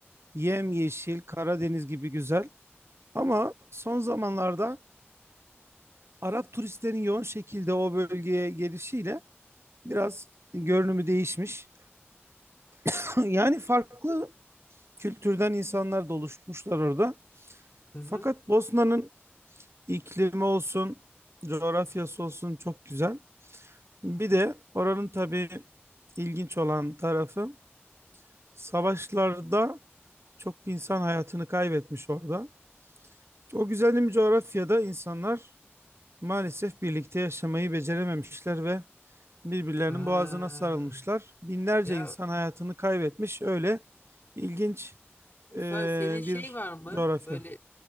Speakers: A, on the right (about 70°); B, on the left (about 50°).
A: Yemyeşil, Karadeniz gibi güzel. Ama son zamanlarda Arap turistlerin yoğun şekilde o bölgeye gelişiyle Biraz görünümü değişmiş. <laughs> Yani farklı kültürden insanlar da oluşmuşlar orada.
B: hı
A: Fakat
B: hı.
A: Bosna'nın iklimi olsun, coğrafyası olsun çok güzel. Bir de oranın tabii ilginç olan tarafı savaşlarda çok insan hayatını kaybetmiş orada. O güzelim coğrafyada insanlar maalesef birlikte yaşamayı becerememişler ve birbirlerinin
B: Aa.
A: boğazına sarılmışlar. Binlerce
B: Ya
A: insan hayatını kaybetmiş. Öyle ilginç
B: Mustafa
A: e,
B: senin şey
A: bir
B: var mı?
A: coğrafya.
B: Böyle